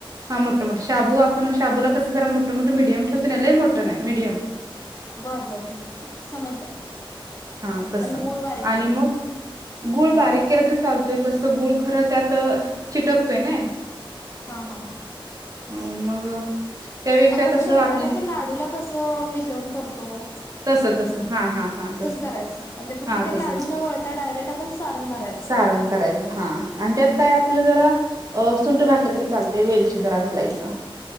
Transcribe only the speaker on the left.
बरं बर ठीक आहे ठीक आहे समजलं,
आणि गुळ बारीक
करायच
हा हा हा.
आपण
शेंगदाण्याच्या
लाडूला कसं मिश्रण करतो ब
करायचं म्हणजे फक्त
ते
लाडू न वळता डायरेक्ट आपण सारण भरायचं